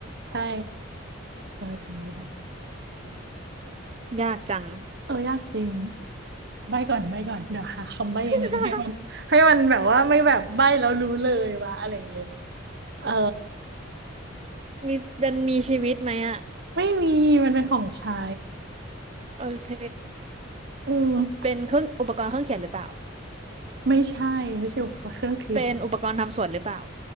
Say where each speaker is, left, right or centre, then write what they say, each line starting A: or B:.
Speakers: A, on the right; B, on the right.
A: ใช่เราใช้ไม่ได้
B: ยากจัง
A: เออยากจริงใบก่อนใบก่อนเดี๋ยวหาคำใบยังไงให้มันให้มันแบบว่าไม่แบบใบแล้วรู้เลยวะอะไรอย่างเงี้ย
B: <laughs>
A: เออ
B: มีเป็นมีชีวิตไหมอ่ะ
A: ไม่มีมันเป็นของใช้
B: โอเค
A: อืม
B: เป็นเครื่องอุปกรณ์เครื่องเขียนหรือเปล่า
A: ไม่ใช่ไม่ใช่อุปกรณ์เครื่องเขียน
B: เป็นอุปกรณ์ทำสวนหรือเปล่า